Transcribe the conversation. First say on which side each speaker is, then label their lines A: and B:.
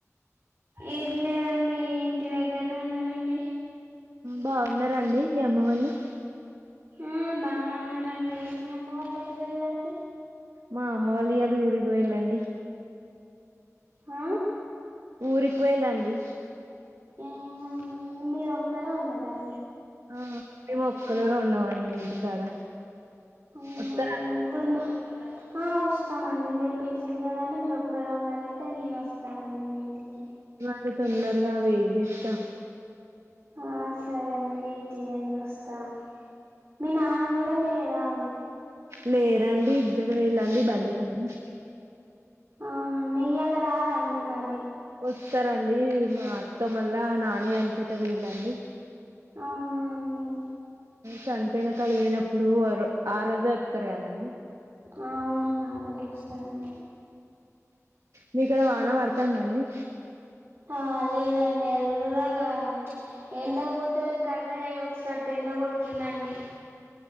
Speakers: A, on the right; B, on the right.
A: ఏది లేదండి ఇంటి దగ్గరనే ఉన్నారండి.
B: బావున్నారాండి మీ అమ్మ వాళ్ళు?
A: మ్ బానే ఉన్నారండి. మీ అమ్మ వాళ్ళు ఎటు వెళ్ళండి
B: మా అమ్మ వాళ్ళ ఇయాల ఊరికి వెళ్ళండి.
A: ఆ
B: ఊరికి వెళ్ళండి
A: ఏవునం మీరు ఒక్కరే ఉన్నారాం
B: ఆ మేమ్ ఒక్కలేం ఉన్నామండి ఇంటికాడ
A: అవునా
B: వత్తరా
A: అప్పుడు మ ఆ వస్తామండి మీరు పిలిచింది కదంటే మీరు ఒక్కరే ఉన్నారంటే నేను వస్తానండి మీ ఇంటికి
B: వారు తొందరగా వేద్యస్తా
A: ఆ సరే అండి వెయిట్ చేయండి వస్తా మీ నాన్న కూడా లేడా అండి?
B: లేరండి ఇద్దరు వెళ్ళండి బండిపైన
A: అవునండి ఇయాళ రారా అండి మరి?
B: వస్తారండి మా అత్త మళ్ళ నానే అనిపోతే వీళండి.
A: అవునాండి
B: చనిపోయిన కళు పోయినప్పుడు అరు ఆ రోజే వస్తారు కదండి.
A: ఆ అవునండి ఆరోగ్యం వస్తదండి.
B: మీక్కడ వాన పడతాంద అండి?
A: ఆ లేదండి ఎర్రగా చ్ ఎండ పోతే కర్రగా అయచ్చటట్టు ఎండ కొడుతుందండి.